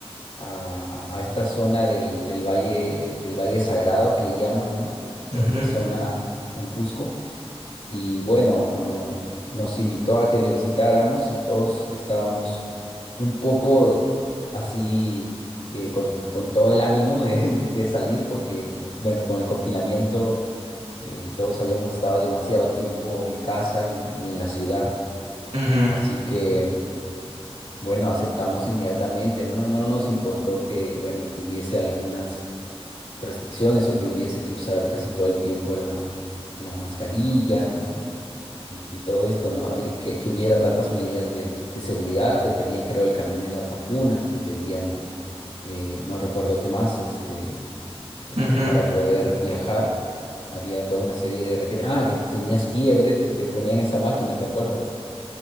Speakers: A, on the left; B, on the right.
A: a, a esta zona del, del Valle, del Valle Sagrado que le llaman, ¿no? Toda
B: Ujú,
A: esta zona en Cusco. y bueno, um, nos invitó a que le visitáramos y todos estábamos un poco así eh, con, con todo el ánimo de, <laughs> de- de salir porque, bueno, con el confinamiento eh, todos habíamos estado demasiado tiempo en casa y, y en la ciudad,
B: ujú,
A: así que, bueno, aceptamos inmediatamente, no, no, no no nos importó que, bueno, que hubiese algunas restricciones o que hubiese que usar casi todo el tiempo la, la mascarilla y, y todo esto, ¿no? Habría- Que, que hubiera tantas medidas de, de seguridad, te pedían, creo, el carnet de las vacunas, te pedían, eh, no recuerdo qué más, este, eh,
B: ujú.
A: para poder viajar, había toda una serie de requer- Ah, que tenías fiebre, te, te ponían esa máquina, ¿te acuerdas?